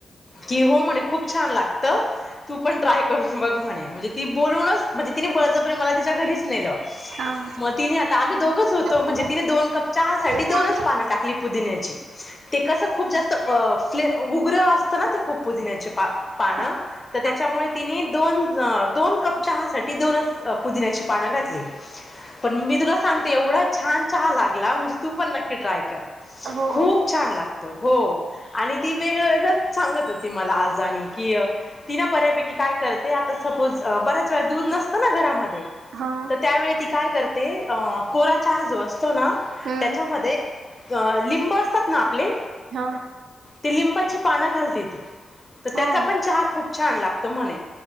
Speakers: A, on the left (about 25°); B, on the right (about 85°).
A: की हो म्हणे खूप छान लागत तू पण ट्राय करून बघ म्हणे. म्ह ती बोलूनच म्हणजे तिने बळजबरी मला तिच्या घरीच नेलं.
B: हा
A: मग तिने आता आम्ही दोघच होतो म्हणजे
B: हा
A: तिने दोन कप चहासाठी
B: हा.
A: दोनच पान टाकली पुदिन्याची ते कस खूप जास्त फ् उग्र
B: हा.
A: असत ना ते खूप पुदिन्याची पान
B: हा हा
A: त्याच्यामुळे तिने दोन दोन कप चहा साठी दोनच पुदिन्याची पान घातली पण मी तु सांगते एवढा छान च लागला म्हणजे तू पण नक्की ट्राय कर
B: हो
A: खूप छान लागत हो आणि ती वेगळं वेगळं सांगत होती मला आजा आणि की ती ना बऱ्यापैकी काय करते आता सपोज बऱ्याच वेळा दूध नसतं ना घरामध्ये
B: हा
A: तर त्यावेळी ती काय करते अ कोरा चहा जो असतो ना
B: हम्म
A: त्याच्यामध्ये अ लिंब असतात ना आपले
B: हा.
A: ती लिंबाची पानं घालते ती तर त्याचा
B: हा
A: पण चहा खूप छान लागतो. त म्हणे